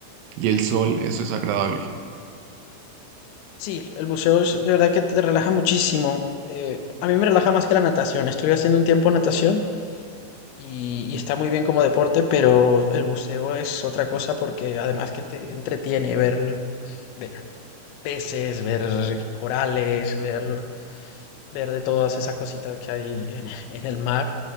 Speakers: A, on the right; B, on the left.
A: y el sol, eso es agradable.
B: Sí, el buceo es de verdad que te relaja muchísimo. eh, a mí me relaja más que la natación. Estuve haciendo un tiempo natación y, y está muy bien como deporte, pero el buceo es otra cosa porque además que te entretiene ver, ver peces, ver corales, ver, ver de todas esas cositas que hay en, en el mar.